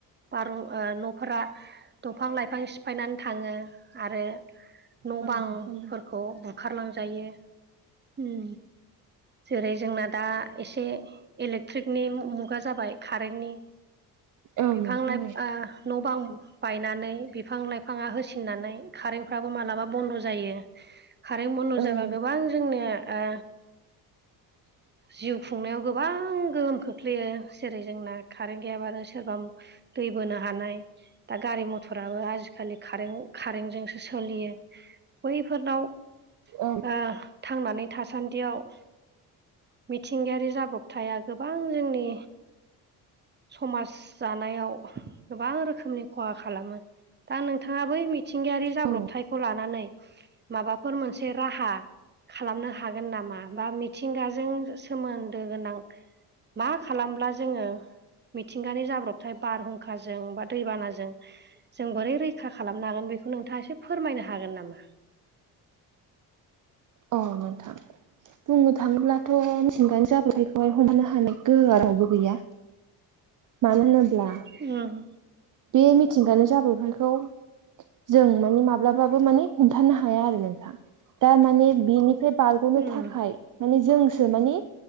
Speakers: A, on the right; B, on the right.
A: बारहुं ओ न'फोरा दंफां लाइफां सिफायनानै थाङो आरो
B: औ
A: न' बांफोरखौ बुखारलांजायो उ जेरै जोंना दा एसे इलेक्ट्रिकनि मुगा जाबाय कारेन्टनि
B: औ
A: बिफां
B: नोंथां
A: लाइफ ओ न' बां बायनानै बिफां लाइफाङा होसिननानै खारेन्टफ्राबो मालाबा बन्द' जायो कारेन्ट बन्द'
B: औ
A: जाबा गोबां जोंनो ओ
B: <inaudible>
A: जिउ खुंनायाव गोबां गोहोम खोख्लैयो जेरै जोंना कारेन्ट गैयाबानो सोरबा दै बोनो हानाय। दा गारि मथराबो आजिखालि कारें कारेंजोंसो सलियो बैफोरनाव
B: औ
A: ओह थांनानै थासान्दियाव मिथिंगायारि जाब्रबथाया गोबां जोंनि समाज जानायाव गोबां रोखोमनि खहा खालामो। दा नोंथाङा बै मिथिंगायारि जाब्रबथाय
B: औ
A: नै माबाफोर मोनसे राहा खालामनो हागोन नामा बा मिथिंगाजों सोमोन्दो गोनां मा खालामब्ला जोङो मिथिंगानि जाब्रबथाय बारहुंखाजों बा दैबानाजों। जों बोरै रैखा खालामनो हागोन बेखौ नोंथाङा एसे फोरमायनो हागोन नामा?
B: अ नोंथां बुंनो थाङोब्लाथ' मिथिंगानि जाब्रबथाइख खौहाय हमनो हानाय गोहोआ रावबो गैया। मानो होनोब्ला
A: उम
B: बे मिथिंगानि जाब्रबथाइखौ। जों माने माब्लाबाबो माने हमथानो हाया आरो नोंथां दा माने बेनिफ्राय बारग'नो
A: उम
B: थाखाय माने जोंसो माने